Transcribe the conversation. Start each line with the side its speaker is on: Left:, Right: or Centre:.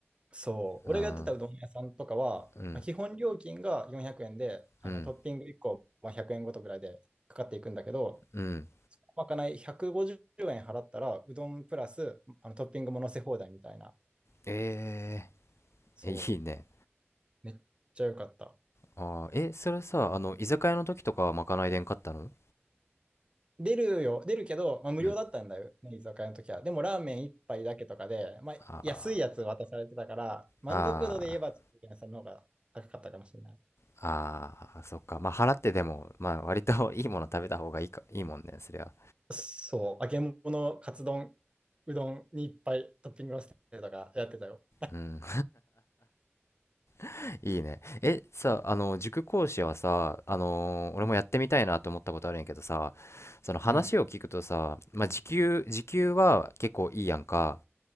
Right: そう、
Left: うん、
Right: 俺がやってたうどん屋さんとかは、
Left: うん、
Right: まあ、基本料金が400円で、あのトッピング1個、
Left: うん、
Right: まあ、100円ごとぐらいでかかっていくんだけど、
Left: うん。
Right: そのまかない150円払ったら、うどんプラスあのトッピングも乗せ放題みたいな。
Left: え
Right: そう。
Left: えいいね。
Right: めっちゃ良かった。
Left: ああ、え、それさ、あの、居酒屋の時とかはまかないでんかったの
Right: 出るよ、出るけど、まあ、無料だったんだよね、
Left: うん。
Right: 居酒屋の時は。でもラーメン一杯だけとかで、まあ、
Left: あ
Right: 安いやつ渡されてたから、満足度で言えば、
Left: あ、あ
Right: ちょっと屋さんの方が高かったかもしれない。
Left: あ、ああ、そっか。まあ、払ってでも、まあ、割と <laughs> いいもの食べた方がいいか、いいもんね、そりゃ。
Right: そう、揚げ物、カツ丼、うどんにいっぱいトッピングをしてとかやってたよ。
Left: うん、<laughs> いいね。え、さ、あの、塾講師はさ、あのー俺もやってみたいなと思ったことあるんやけどさ、
Right: うん。
Left: その話を聞くとさ、
Right: うん。
Left: まあ、時給、時給は結構いいやんか。